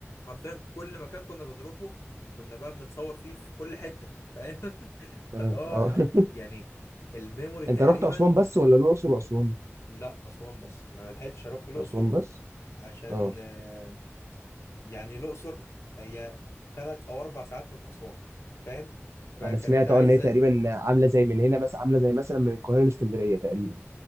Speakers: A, on the left; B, on the right.
A: حرفيا كل مكان كنا بنروحه كنا بقى بنتصور فيه في كل حته فاهم <laughs> فاللي
B: تمام
A: هو
B: اه <laughs>
A: يعني الميموري
B: انت
A: تقريبا
B: رحت اسوان بس ولا الاقصر واسوان
A: لا اسوان بس ما لحقتش اروح الاقصر
B: اسوان بس
A: عشان
B: اه
A: آه، يعني الأقصر هي تلات أو أربع ساعات من أسوان فاهم فكانت
B: انا سمعت
A: عايزة
B: اه ان هي تقريبا
A: إن
B: عامله زي من هنا مثلا عامله زي مثلا من القاهره لاسكندريه تقريبا